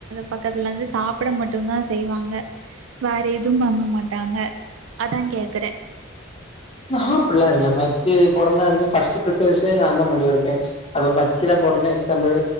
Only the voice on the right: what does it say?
பக்கத்துல இருந்து சாப்பிட மட்டும்தான் செய்வாங்க வேற எதுவும் பங மாட்டாங்க அதான் கே்கறேன்